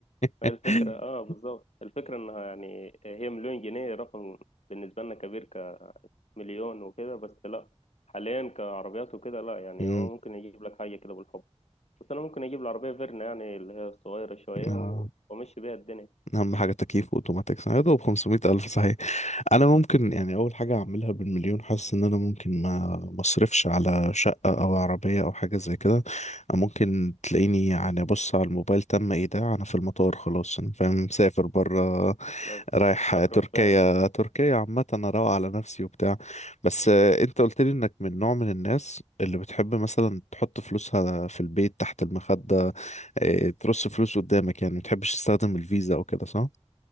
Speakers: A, on the left; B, on the left.
A: ما
B: <laughs>
A: هي الفكرة اه بالظبط الفكرة انها يعني هي مليون جنيه رقم بالنسبة لنا كبير مليون وكده بس لا حاليا كعربيات وكده لا يعني
B: أمم،
A: هو ممكن يجيب لك حاجة كده بالحب بس أنا ممكن أجيب العربية فيرنا يعني اللي هي الصغيرة شوية
B: آه،
A: و- وأمشي بيها الدنيا
B: اهم حاجه تكييف واوتوماتيك يا دوب 500 الف صحيح انا ممكن يعني اول حاجه اعملها بالمليون حاسس ان انا ممكن ما مصرفش على شقه او عربيه او حاجه زي كده أو ممكن تلاقيني يعني بص على الموبايل تم ايداع انا في المطار خلاص انا فاهم مسافر بره
A: لا،
B: رايح
A: هتروح
B: تركيا
A: فين؟
B: تركيا عامه انا روق على نفسي وبتاع بس آه، انت قلت لي انك من نوع من الناس اللي بتحب مثلا تحط فلوسها في البيت تحت المخده آه، ترص فلوس قدامك يعني ما بتحبش تستخدم الفيزا او كده صح